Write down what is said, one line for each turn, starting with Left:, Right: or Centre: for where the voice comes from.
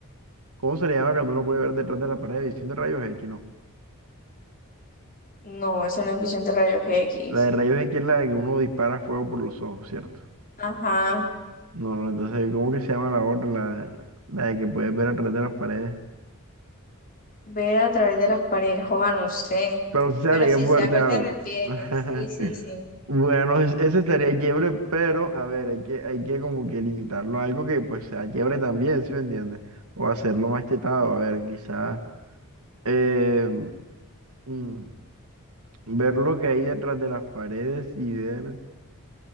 Right: ¿cómo se le llama cuando uno puede ver detrás de la pared? Visión de rayos X, no.
Left: No, es una emisión de rayos X.
Right: La de rayos X es la de que uno dispara fuego por los ojos, ¿cierto?
Left: Ajá,
Right: No, no, entonces, ¿cómo que se llama la otra? La, la de que puedes ver atrás de las paredes.
Left: ver a través de las paredes, joda, no sé.
Right: Pero si sabes
Left: Pero
Right: de
Left: sí
Right: qué poder
Left: sé a
Right: te
Left: cuál
Right: hablo.
Left: te refieres.
Right: <laughs>
Left: Sí, sí, sí.
Right: Bueno, es- ese estaría chévere, pero a ver, hay que, hay que como que limitarlo a algo que pues sea chévere también, ¿sí me entiendes? O hacerlo más chetado, a ver, quizás eh, mm, ver lo que hay detrás de las paredes y ver,